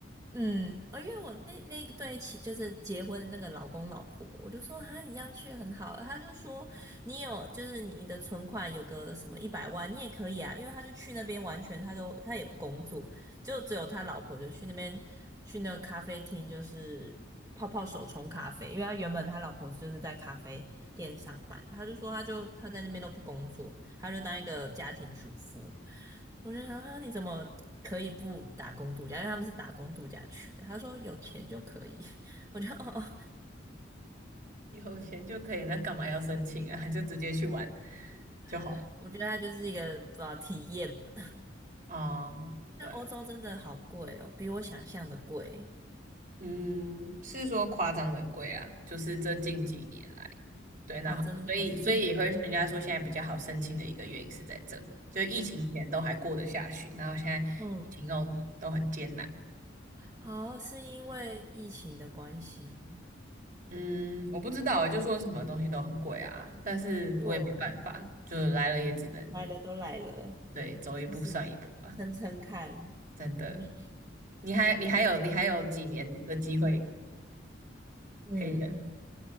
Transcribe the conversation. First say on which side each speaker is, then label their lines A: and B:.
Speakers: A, on the right (about 20°); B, on the right (about 45°).
A: 嗯，哦，因为我那那个对起就是结婚的那个老公老婆，我就说哈，你这样去很好，他就说你有就是你的存款有个什么一百万，你也可以啊，因为他就去那边完全他都他也不工作，就只有他老婆就去那边去那个咖啡厅，就是泡泡手冲咖啡，因为他原本他老婆就是在咖啡店上班，他就说他就他在那边都不工作，他就当一个家庭主妇。我就想啊，你怎么可以不打工度假？因为他们是打工度假去的。他说有钱就可以，<laughs> 我就哦，哦
B: 有钱就可以，那干嘛要申请啊？<laughs> 就直接去玩就好了。
A: <laughs> 我觉得他就是一个呃体验吧。
B: 哦，
A: 但欧洲真的好贵哦，
B: 对啊。
A: 比我想象的贵
B: 嗯，是说夸张的贵啊，就是这近几年来，对，然后哦所以所以也会人家说现在比较好申请的一个原因是在这，
A: 哦，真的哦，是近几年，嗯。
B: 就疫情前都还过得下去，然后现在疫情后都很艰难。
A: 嗯好，是因为疫情的关系。
B: 嗯，我不知道欸，就说什么东西都很贵啊，但是我也没办法，
A: 嗯，
B: 就来了也只能
A: 来了都来了，
B: 对走一步算一步啊，
A: 就是撑撑看。
B: 真的。
A: 嗯
B: 你还你还有你还有几年的机会
A: 嗯 <laughs> 嗯，
B: 可以等，
A: 嗯，